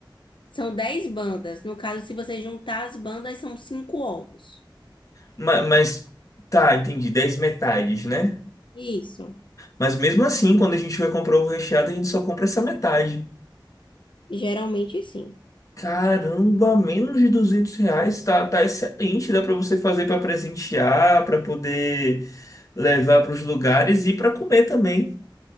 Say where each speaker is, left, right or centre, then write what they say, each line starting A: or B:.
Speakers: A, on the left (about 70°); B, on the left (about 40°).
A: São 10 bandas. No caso, se você juntar as bandas, são cinco ovos.
B: Ma- Mas, tá, entendi. 10 metades, né?
A: Isso.
B: Mas mesmo assim, quando a gente vai comprar ovo recheado, a gente só compra essa metade.
A: Geralmente, sim.
B: Caramba, menos de 200 reais. Tá, tá excelente. Dá pra você fazer pra presentear, pra poder levar pros lugares e pra comer também.